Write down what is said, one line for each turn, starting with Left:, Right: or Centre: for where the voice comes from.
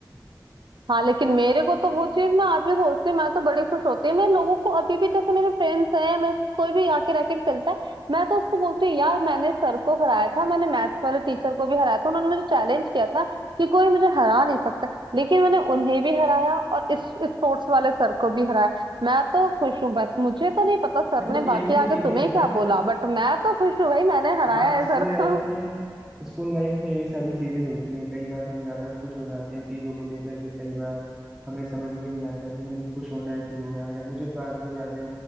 Right: हाँ लेकिन मेरे को तो वो चीज मैं आज भी सोचती हूँ मैं तो बड़ी खुश होती है मैं लोगों को अभी भी जैसे मेरे फ्रेंड्स हैं मेरे साथ कोई भी आके रैकेट खेलता है मैं तो उसको बोलती हूँ यार मैंने सर को हराया था मैंने मैथ्स वाले टीचर को भी हराया था उन्होंने मुझे चैलेंज किया था कि कोई मुझे हरा नहीं सकता लेकिन मैंने उन्हें भी हराया और इस स्पोर्ट्स वाले सर को भी हराया मैं तो खुश हूँ बस मुझे तो नहीं पता सर
Centre: देखो
Right: ने
Centre: यही
Right: बाकी
Centre: तो
Right: आगे
Centre: चीजें
Right: तुम्हें
Centre: है
Right: क्या
Centre: ना कि
Right: बोला बट मैं तो खुश हूँ भाई मैंने हराया
Centre: हाँ
Right: है
Centre: स्कूल
Right: सर
Centre: लाइफ
Right: को
Centre: में स्कूल लाइफ में यही सारी चीजें होती हैं कई बार हम ज्यादा खुश हो जाते हैं चीजों को लेकर के कई बार हमें समझ में नहीं आता है कि हमें खुश होना है कि रोना है मुझे तो आज भी याद है